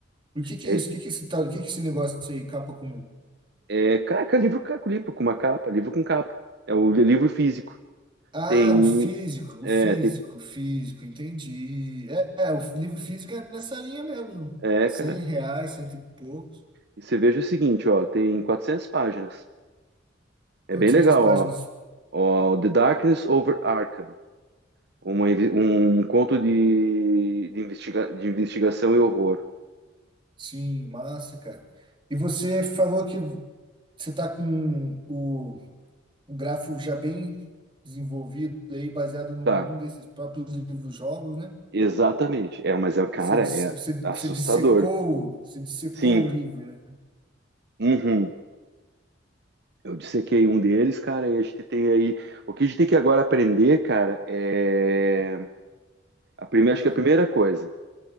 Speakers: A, on the right (about 25°); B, on the right (about 60°).
A: o que que
B: É,
A: é isso? O que que é esse tal? O que que é esse negócio aí, capa comum?
B: é, caraca, livro, ca- livro com uma capa, livro com capa. É o livro físico.
A: Ah,
B: Tem.
A: o físico,
B: É,
A: o físico,
B: tem,
A: o físico, entendi. É, é, o livro físico é nessa linha mesmo.
B: é,
A: Cem
B: cara.
A: reais, cento e poucos.
B: E você veja o seguinte, ó, tem 400 páginas. É
A: 400
B: bem legal,
A: páginas.
B: ó. Ó, The Darkness Over Arkham. Uma invi- um conto de, de, investiga- de investigação e horror.
A: Sim, massa, cara. E você falou que você tá com o, o grafo já bem desenvolvido aí, baseado num,
B: Tá,
A: num desses próprios livros-jogos, né?
B: exatamente. É, mas é, cara,
A: Você, dis-
B: é
A: você,
B: assustador.
A: você dissecou, você dissecou
B: Sim,
A: o livro, né?
B: uhum. Eu dissequei um deles, cara, e a gente tem aí. O que a gente tem que agora aprender, cara, é. A primeira,
A: Ah,
B: acho que a primeira coisa